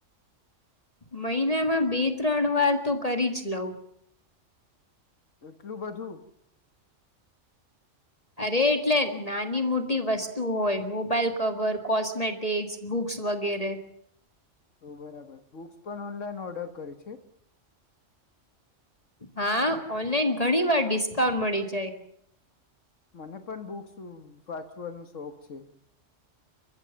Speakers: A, on the left (about 30°); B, on the left (about 80°).
A: મહિનામાં બે ત્રણ વાર તો કરી જ લઉં.
B: એટલું બધું.
A: અરે એટલે નાની મોટી વસ્તુ હોય મોબાઈલ કવર કોસ્મેટિક્સ બુક્સ વગેરે.
B: ઓ બરાબર બુક્સ પણ ઓનલાઈન ઓર્ડર કર છે.
A: હા ઓનલાઈન ઘણી વાર ડિસ્કાઉન્ટ મળી જાય.
B: મને પણ બુક્સ વાંચવાનો શોખ છે.